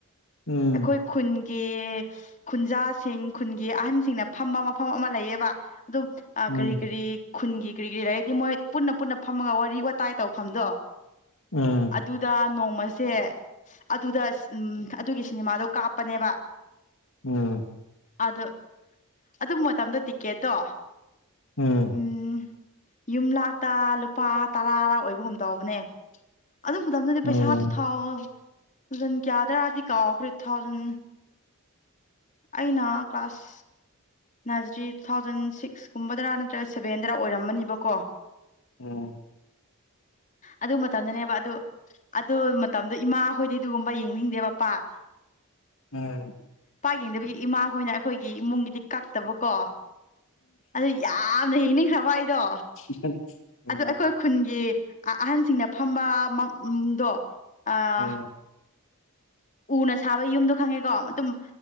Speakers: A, on the left; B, on the left.
A: ꯎꯝ
B: ꯑꯩꯈꯣꯏ ꯈꯨꯟꯒꯤ ꯈꯨꯟꯖꯥꯁꯤꯡ ꯈꯨꯟꯒꯤ ꯑꯍꯟꯁꯤꯡꯅ ꯐꯝꯕ ꯃꯐꯝ ꯑꯃ ꯂꯩꯌꯦꯕ ꯑꯗꯨꯝ ꯑꯥ
A: ꯎꯝ
B: ꯀꯔꯤ ꯀꯔꯤ ꯈꯨꯟꯒꯤ ꯀꯔꯤ ꯀꯔꯤ ꯂꯩꯔꯗꯤ ꯃꯣꯏ ꯄꯨꯟꯅ ꯄꯨꯟꯅ ꯐꯝꯃꯒ ꯋꯥꯔꯤ ꯋꯥꯇꯥꯏ ꯇꯧꯐꯝꯗꯣ
A: ꯎꯝ
B: ꯑꯗꯨꯗ ꯅꯣꯡꯃꯁꯦ ꯑꯗꯨꯗ ꯎꯝ ꯑꯗꯨꯒꯤ ꯁꯤꯅꯦꯃꯥꯗꯣ ꯀꯥꯞꯄꯅꯦꯕ
A: ꯎꯝ
B: ꯑꯗꯨ ꯑꯗꯨ ꯃꯇꯝꯗꯣ ꯇꯤꯀꯦꯠꯇꯣ
A: ꯎꯝ
B: ꯎꯝ ꯌꯨꯝ ꯂꯥꯛꯇ ꯂꯨꯄꯥ ꯇꯔꯥ ꯑꯣꯏꯕꯒꯨꯝ ꯇꯎꯕꯅꯦ ꯑꯗꯨ ꯃꯇꯝꯗꯗꯤ
A: ꯎꯝ
B: ꯄꯩꯁꯥ ꯇꯨꯊꯥꯎ ꯖꯟ ꯀꯌꯥꯗ꯭ꯔꯥꯗꯤ ꯀꯥꯎꯈ꯭ꯔꯦ ꯊꯥꯎꯖꯟ ꯑꯩꯅ ꯀ꯭ꯂꯥꯁ ꯅꯖꯤꯔꯤ ꯇꯨ ꯊꯥꯎꯖꯟ ꯁꯤꯛꯀꯨꯝꯕꯗꯔ ꯅꯠꯇ꯭ꯔꯒ ꯁꯕꯦꯟꯗꯔ ꯑꯣꯏꯔꯝꯃꯅꯤꯕꯀꯣ
A: ꯎꯝ
B: ꯑꯗꯨ ꯃꯇꯝꯗꯅꯦꯕ ꯑꯗꯨ ꯑꯗꯨ ꯃꯇꯝꯗꯣ ꯏꯃꯥ ꯍꯣꯏꯗꯤ ꯑꯗꯨꯒꯨꯝꯕ ꯌꯦꯡꯅꯤꯡꯗꯦꯕ ꯄꯥꯛ
A: ꯎꯝ
B: ꯄꯥ ꯌꯦꯡꯗꯕꯤꯒꯤ ꯏꯃꯥ ꯍꯣꯏꯅ ꯑꯩꯈꯣꯏꯒꯤ ꯏꯃꯨꯡꯒꯤꯗꯤ ꯀꯛꯇꯕꯀꯣ ꯑꯗꯨ ꯌꯥꯝꯅ ꯌꯦꯡꯅꯤꯡꯈ꯭ꯔꯕ ꯑꯩꯗꯣ
A: <unintelligible> ꯎꯝ
B: ꯑꯗꯣ ꯑꯩꯈꯣꯏ ꯈꯨꯟꯒꯤ ꯑꯍꯟꯁꯤꯡꯅ ꯐꯝꯕꯗꯣ ꯃ ꯗꯣ ꯑꯥ
A: ꯎꯝ
B: ꯎꯅ ꯁꯥꯕ ꯌꯨꯝꯗꯣ ꯈꯪꯉꯦꯀꯣ ꯃꯇꯨꯡ